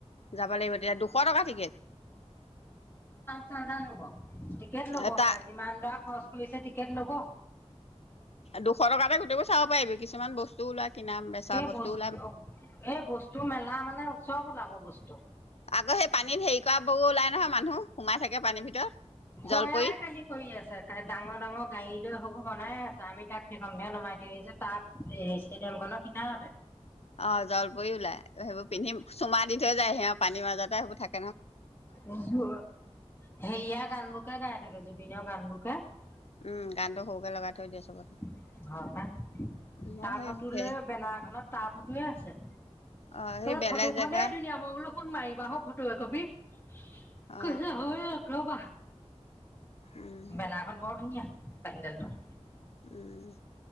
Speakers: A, on the left (about 65°); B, on the left (about 20°).
A: যাব লাগিব তেতিয়া, দুশ টকা টিকেট।
B: চাধ ন হ'ব। টিকেট ল'ব
A: এটা
B: পাই যিমান দৰা খৰচ। খুলিছে টিকেট ল'ব।
A: দুশ টকাতে গোটব চাব পাৰিবি কিছুমান বস্তু ওলাই। কিনা বেচা
B: এই বস্তু
A: ওলাই
B: -এই বস্তু মেলা মানে চব ওলাব বস্তু।
A: আগৌ সেই পানীত হেৰি কৰা বো ওলাই নহয় মানুহ। সোমাই থাকে পানীৰ ভিতৰত
B: সেয়াই
A: জলপৰি
B: কালি কৰি আছে ডাঙৰ -ডাঙৰ গাড়ী লৈ হ'ব। বনাই আছ আমি তাক সেইখনহে নমাই দিওঁ এই যে তাত ষ্টেডিয়াম খনৰ কিনাৰতে।
A: অহ ', জ্বলপুৰি ওলাই সেইবোৰ পিন্ধিম চুমা দি থৈ যায় সি পানীৰ মাজত। তাই হব থাক।
B: <unintelligible> হেৰিয়াৰ গান বোৰকে গাই থাকে জুবিনৰ গান বোৰ। কহ ',
A: উম', গানটো সৰুকে লগাই থৈ দিয়ে চবতে।
B: অহ ',
A: মই
B: তাৰ ফটো
A: সেই
B: লৈ বেনাৰ এখনত তাৰ ফটোয়ে আছে
A: অ সেই
B: ত
A: বেলেগ
B: ফটো
A: জেগা
B: খনেই ধুনীয়া মই বোলো ফোন মাৰিবা হক ফটো একপি। কছ
A: অ
B: হয় লগ ৰৱা <unintelligible>
A: উম
B: মেলা এখন বৰ ধুনীয়া। পেণ্ডেলটো।
A: উম